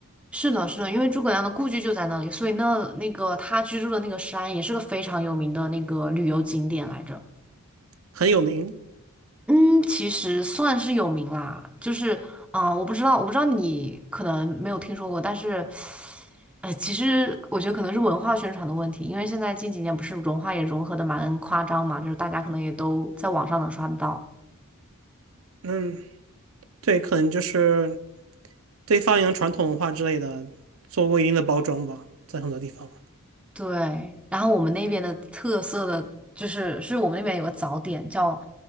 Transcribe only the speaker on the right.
很有名，
嗯，对，可能就是对发扬传统文化之类的做过一定的包装吧，在很多地方。